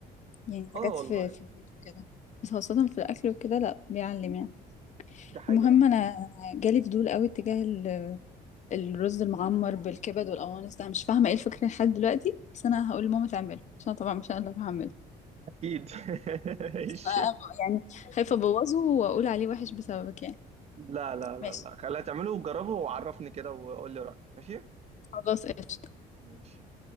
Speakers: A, on the left; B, on the right.
A: يعني حاجات
B: آه والله
A: في في البيت وكده بس خاصة في الأكل وكده لا بيعلم يعني
B: دي حقيقة
A: المهم انا جالي فضول قوي اتجاه ال- الرز المعمر بالكبد والقوانص ده أنا مش فاهمه ايه الفكره لحد دلوقتي بس انا هقول لماما تعمله عشان أنا طبعا مش انا اللي هروح اعمله
B: أكيد <laughs>
A: بس
B: ماشي
A: انا يعني خايفه ابوظه واقول عليه وحش بسببك يعني
B: لا لا لا
A: ماشي
B: لا خليها تعمله وجربه وعرفني كده وقول لي رأيك ماشي
A: خلاص قشطه
B: ماشي